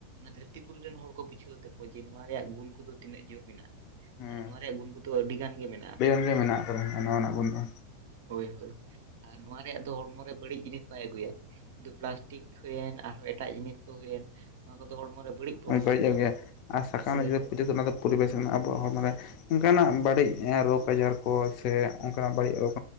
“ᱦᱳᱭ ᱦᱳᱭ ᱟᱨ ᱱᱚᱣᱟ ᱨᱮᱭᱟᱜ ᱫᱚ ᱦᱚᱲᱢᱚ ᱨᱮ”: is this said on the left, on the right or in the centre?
Right